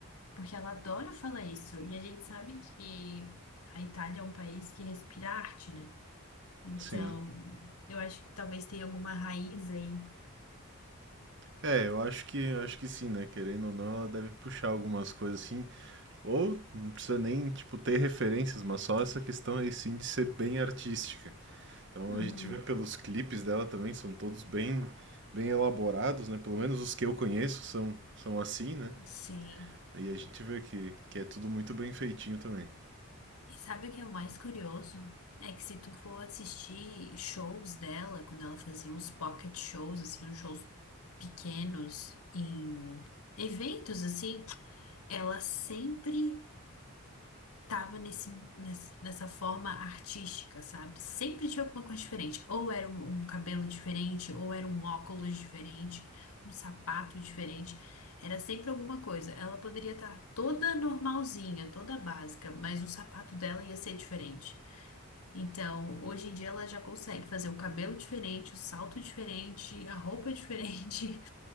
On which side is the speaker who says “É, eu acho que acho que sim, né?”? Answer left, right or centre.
Right